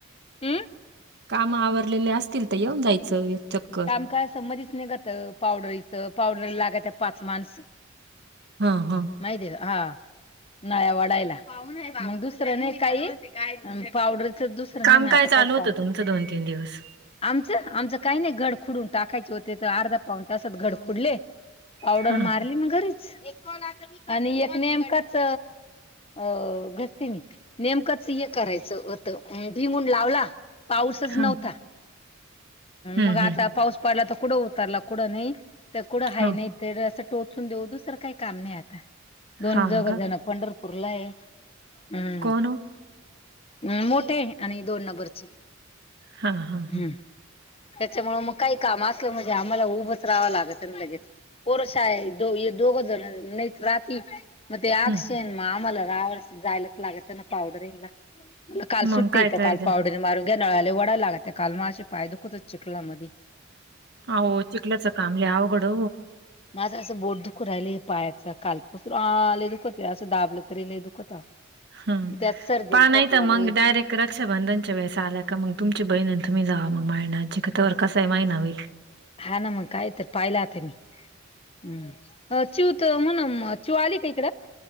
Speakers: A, on the left (about 30°); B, on the right (about 55°).
A: हम्
B: काम आवरलेले असतील तर येऊन जायचं एक चक्कर
A: काम काय समजच नाही गात पावडरीचं पावडर लागत पाच माणसं
B: हा हा
A: माहि दे हा नळ्या वाढायला मग दुसरं नाही काही पावडर दुसरं
B: काम
A: नेम आता
B: चालू
A: काय
B: होतं
A: का
B: तुमचं दिवस?
A: आमचं आमचं काही नाही गड फुडून टाकायचे होते तर अर्धा पाऊंड तासात गड फुडले पावडर
B: हां,
A: मारली मग घरीच आणि एक नेमकाच अ घसते मी नेमकंच हे करायचंत भि म्हून लावला पाऊसच
B: हां.
A: नव्हता
B: हं,
A: मग आता
B: हं.
A: पाऊस पडला तर कुठं उतरला कुठं नाही तर कुठं ह
B: हां.
A: नाही ते असं टोचून देऊ दुसरं काही काम नाही आता दोन
B: हां
A: जाग
B: का?
A: जण पंढरपूर ला आहे हम्
B: कोण हो?
A: हम मोठे आणि दोन नंबरचे
B: हा हा हां
A: हम्म. त्याच्यामुळे मग काही काम असलं म्हणजे आम्हाला उभच राहावं लागत ना लगेच पोरसा आहे दो य दोघो जण नाही राात मग ते अ
B: हं.
A: क्षेण मग आम्हाला राव जायलाच लागत ना पावडर येला म काल
B: मग
A: सुट्टी
B: काय
A: येते
B: करायचं?
A: काल पावडर मारून घ्या नळाला वडायला लागत काल माझं पाय दुखत कुतच चिखलात मध्ये
B: अ चिखलाच काम लय अवघड
A: माझं असं बोट दुखवू राहिलंय पायाचं कालपासूनच सर आले दुखत असं दाबलं तरी नाही दुखत अहो.
B: हम
A: त्यात सर्दी
B: प
A: आणि खोकला
B: नाही तर
A: लय
B: मंग डायरेक्ट ता रक्षाबंधनच्या वेळेस आल्या का मग तुमची बहीण अन तुम्ही जावा मग माळीन आजीक. तवर कासाही महीना होईल.
A: हा ना मग काय तर. पाहिल आता मी. हं. अ चिऊ त म्हण म, चिऊ आली का इकडं?